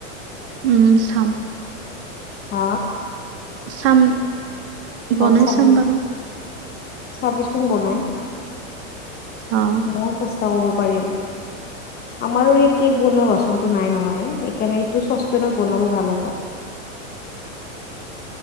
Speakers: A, on the right; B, on the left.
A: উম চাম।
B: হ
A: চাম বনাই
B: চাবি
A: চাম বাৰু
B: চাবিচোন বনাই
A: অ
B: মও চেছ কৰিব পাৰিম আমাৰো এই কেক বনোৱা বাচন নাই নহয় সেইকাৰণে এইটো চচপেনত বনাব ভাল হ'ব।